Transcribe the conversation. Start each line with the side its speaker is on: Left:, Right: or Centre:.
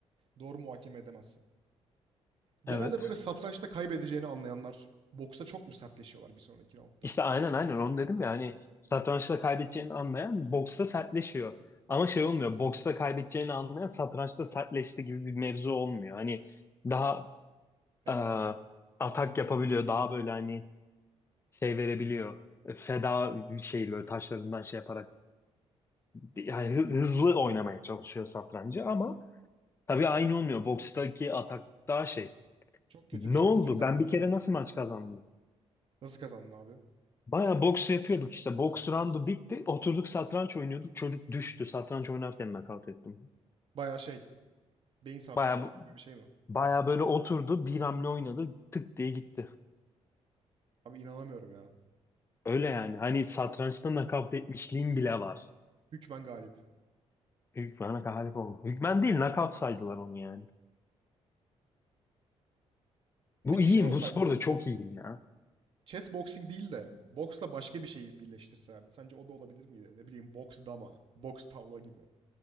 Right: Doğru muhakeme edemezsin. Genelde
Left: Evet.
Right: böyle satrançta kaybedeceğini anlayanlar boksta çok mu sertleşiyorlar bir sonraki roundda?
Left: İşte aynen
Right: Bu se-
Left: aynen onu dedim ya hani satrançta kaybedeceğini anlayan boksta sertleşiyor. Ama şey olmuyor boksta kaybedeceğini anlayan satrançta sertleşti gibi bir mevzu olmuyor. Hani daha
Right: Evet.
Left: e, atak yapabiliyor. Daha böyle hani şey verebiliyor. E, Feda şey böyle taşlarından şey yaparak yani hı- hızlı oynamaya çalışıyor satrancı
Right: Anladım.
Left: ama tabii aynı olmuyor. Bokstaki atak daha şey.
Right: Çok kötü
Left: Ne
Right: bir çok
Left: oldu?
Right: kötü bir taktik
Left: Ben bir kere
Right: ya.
Left: nasıl maç kazandım?
Right: Nasıl kazandın abi?
Left: Baya boks yapıyorduk işte. Boks roundu bitti. Oturduk satranç oynuyorduk. Çocuk düştü. Satranç oynarken nakavt ettim.
Right: Bayağı şey, beyin sarsıntısı
Left: Baya
Right: gibi bir şey mi?
Left: baya böyle oturdu. Bir hamle oynadı. Tık diye gitti.
Right: Abi inanamıyorum ya.
Left: Öyle yani. Hani satrançta nakavt etmişliğim bile var.
Right: Hükmen galip.
Left: Hükmen'e galip oldu. Hükmen değil, knockout saydılar onu yani. Bu
Right: Peki
Left: iyiyim,
Right: şey olsaydı
Left: bu sporda
Right: sence?
Left: çok iyiyim ya.
Right: Chess boxing değil de boksla başka bir şeyi birleştirselerdi. Sence o da olabilir miydi? Ne bileyim boks dama, boks tavla gibi.